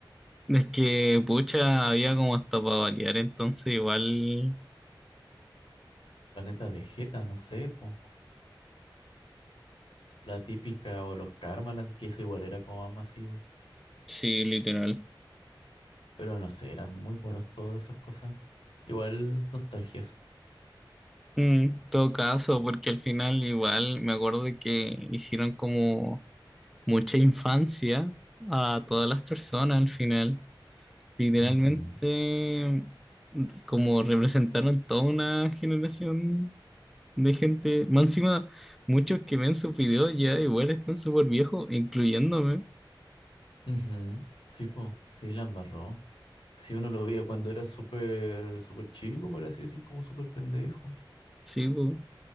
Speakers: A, in the centre; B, on the left (about 80°).
A: Es que, pucha, había como hasta para variar, entonces igual,
B: Planeta Vegeta, no sé, po. La típica o los Karmaland, que eso igual era como más masivo.
A: sí, literal.
B: Pero no sé, eran muy buenos todas esas cosas. Igual nostalgia eso.
A: Mm, en todo caso, porque al final igual me acuerdo que hicieron como mucha infancia a todas las personas al final. Literalmente,
B: Ujú,
A: como representaron toda una generación de gente. Más encima, muchos que ven sus videos ya igual están súper viejos, incluyéndome.
B: ujú. Sí, po, sí, la embarró. Sí, uno lo veía cuando era súper, súper chico, por así decir, como súper pendejo.
A: Sí, po.